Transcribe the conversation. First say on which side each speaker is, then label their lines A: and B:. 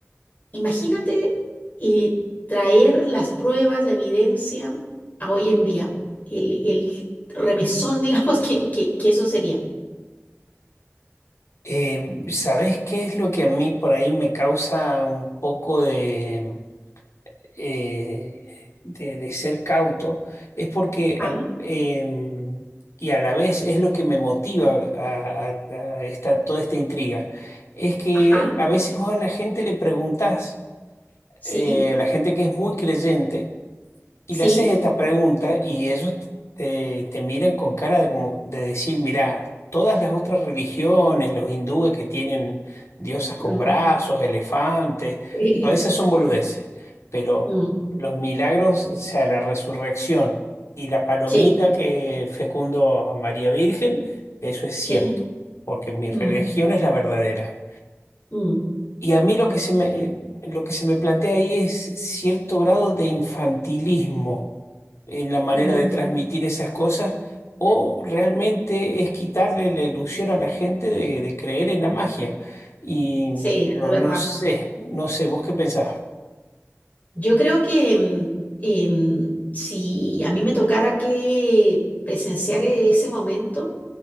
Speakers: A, on the left; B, on the left.
A: Imagínate eh, traer las pruebas, la evidencia a hoy en día, el, el remesón, <laughs> digamos, que, que, que eso sería.
B: Eh, ¿sabés qué es lo que a mí por ahí me causa un poco de eh, de, de ser cauto es porque,
A: Ajá,
B: a- em, y a la vez es lo que me motiva a, a- a esta, toda esta intriga, es que
A: ajá,
B: a veces vos a la gente le preguntás,
A: sí,
B: eh, a la gente que es muy creyente, y
A: sí,
B: le haces esta pregunta y ellos te, te miran con cara de, como, de decir, mirá, todas las otras religiones, los hindúes que tienen diosas con
A: mm,
B: brazos, elefantes,
A: <laughs>
B: todas esas son boludeces, pero
A: mm,
B: los milagros, o sea, la resurrección y la palomita
A: sí,
B: que fecundó a María Virgen, eso es cierto,
A: sí,
B: porque mi
A: mm,
B: religión es la verdadera.
A: mm,
B: Y a mí lo que se me, lo que se me plantea ahí es cierto grado de infantilismo en la manera
A: mm,
B: de transmitir esas cosas, o realmente es quitarle la ilusión a la gente de, de creer en la magia. Y,
A: sí,
B: pero
A: es verdad.
B: no sé, no sé, ¿vos qué pensás?
A: Yo creo que mm, em, si a mí me tocara que presenciar e-, ese momento,